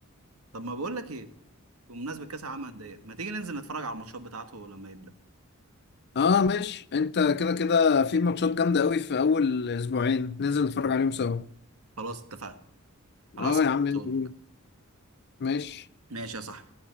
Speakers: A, on the right; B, on the left.
A: طب ما بقول لك ايه بمناسبه كاس العالم للانديه ما تيجي ننزل نتفرج على الماتشات بتاعته لما يبدا
B: اه ماشي انت كده كده في ماتشات جامده قوي في اول اسبوعين ننزل نتفرج عليهم سوا
A: خلاص اتفقنا خلاص
B: اه يا عم يلا
A: هقول
B: بينا.
A: لك
B: ماشي
A: ماشي يا صاحبي